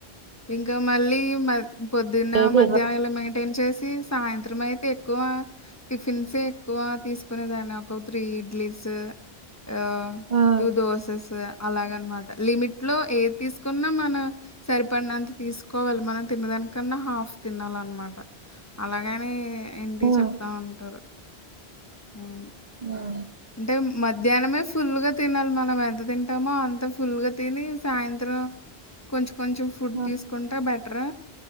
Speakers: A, on the left; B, on the right.
A: ఇంకా మళ్ళీ మ పొద్దున్న
B: ఏది
A: మధ్యాహ్నము ఏం చేసి సాయంత్రం అయితే ఎక్కువ టిఫిన్సే ఎక్కువ తీసుకునే దాన్ని ఒక త్రీ ఇడ్లీస్ ఆ
B: హ్మ్
A: టూ దోసెస్ అలాగ అన్మాట లిమిట్ లో ఏది తీసుకున్న మన సరిపడినంత తీసుకోవాలి మనం తిన్నదానికన్నా హాఫ్ తినాలన్నమాట అలాగని ఏంటి
B: హ్మ్.
A: చెప్తా ఉంటారు అవును
B: ఆ
A: అంటే మధ్యాహ్నమే ఫుల్గా తినాలి మనం ఎంత తింటామో అంత ఫుల్గా తిని సాయంత్రం కొంచెం కొంచెం ఫుడ్
B: హ్మ్.
A: తీసుకుంటే బెటర్